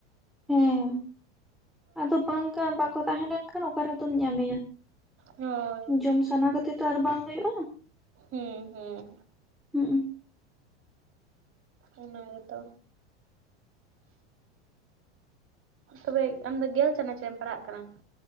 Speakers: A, in the centre; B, on the right.
A: ᱦᱮᱸ ᱟᱫᱚ ᱵᱟᱝ ᱵᱟᱠᱚ ᱛᱟᱦᱮᱸ ᱞᱮᱱᱠᱷᱟᱱ ᱚᱠᱟᱨᱮᱫᱚᱢ ᱧᱟᱢᱮᱭᱟ᱾
B: ᱦᱳᱭ
A: ᱡᱚᱢ ᱥᱟᱱᱟ ᱠᱟᱛᱮ ᱛᱚ ᱟᱨ ᱵᱟᱝ ᱦᱳᱭᱳᱜᱼᱟ᱾
B: ᱦᱮᱸ ᱦᱩᱸ᱾
A: ᱦᱩᱸ᱾
B: ᱚᱱᱟ ᱜᱮᱛᱚ ᱛᱚᱵᱮ ᱟᱢᱫᱚ ᱜᱮᱞ ᱪᱟᱱᱟᱪ ᱨᱮᱢ ᱯᱟᱲᱦᱟᱜ ᱠᱟᱱᱟ